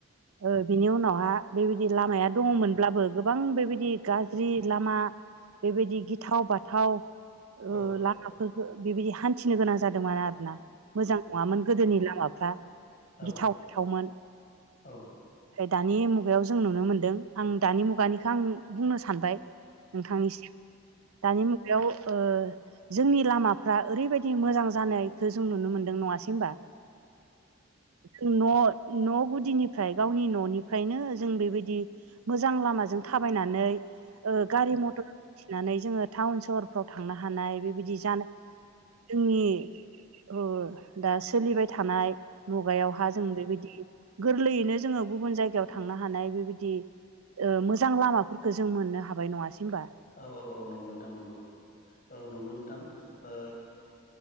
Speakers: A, on the right (about 85°); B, on the left (about 40°).
A: ओ बिनि उनावहा बेबायदि लामाया दङमोनब्लाबो गोबां बेबायदि गाज्रि लामा बेबायदि गिथाव बाथाव ओ
B: औ
A: लामाफोरखो बेबायदि हान्थिनो गोनां जादोंमोन आरो ना मोजां नङामोन गोदोनि लामाफ्रा
B: औ
A: गिथाव बाथावमोन।
B: औ
A: दानि मुगायाव जों नुनो मोन्दों आं दानि मुगानिखो आं बुंनो सानबाय नोंथांनिसिम दानि मुगायाव ओ जोंनि लामाफ्रा ओरैबायदि मोजां जानायखो जों नुनो मोनदों नङासै होनबा। जों न' न' गुदिनिफ्राय गावनि न'निफ्रायनो जों बेबायदि मोजां लामाजों थाबायनानै ओ गारि मथर थिनानै जोङो टाउन सहरफ्राव थांनो हानाय बेबायदि जानो जोंनि ओ दा सोलिबाय थानाय मुगायावहा जों बेबायदि गोरलैयैनो जोङो गुबुन जायगायाव थां थांनो हानाय बेबायदि ओ मोजां लामाफोरखौ जों मोननो हाबाय नङासै होमबा
B: औ औ औ नंगौ नोंथां नंगौ औ नंगौ नोंथां ओ